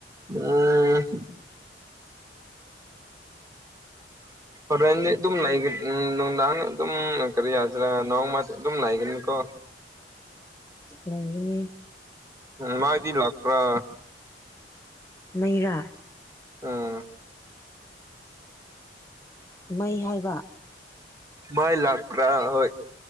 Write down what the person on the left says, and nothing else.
ꯂꯩꯒꯅꯤ
ꯃꯩꯔꯥ
ꯃꯩ ꯍꯥꯏꯕ